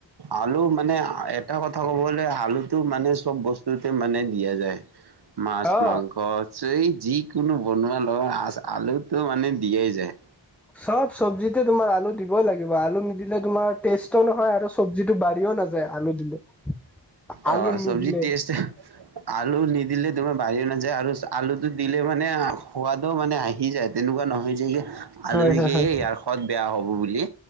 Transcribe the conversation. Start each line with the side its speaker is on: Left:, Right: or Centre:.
Right: আলু মানে এটা কথা ক'বলে আলু। টো মানে চব বস্তুতে মানে দিয়া যায় মাছ
Centre: অ
Right: মাংসছে। যিকোনো বনোৱা লগত আ আলুতো মানে দিয়েই যায়।
Centre: চব চব্জিতে তোমাৰ আলু দিবই লাগিব আলু নিদিলে তোমাৰ। টেষ্টও নহয় আৰু চব্জিতটো বাঢ়িও নাযায় আলু দিলে। আলু
Right: অ
Centre: নিদিলে।
Right: চব্জি টেষ্ট আলু নিদিলে তোমাৰ বাঢ়িও নাযায় আৰু আলুটো দিলে মানে। সোৱাদও মানে আহি যায় তেনেকোৱা নহয় যে। আলু
Centre: হয়
Right: শিকেইে
Centre: হয় হয়
Right: ইয়াৰ সোৱদ বেয়া হ'ব বুলি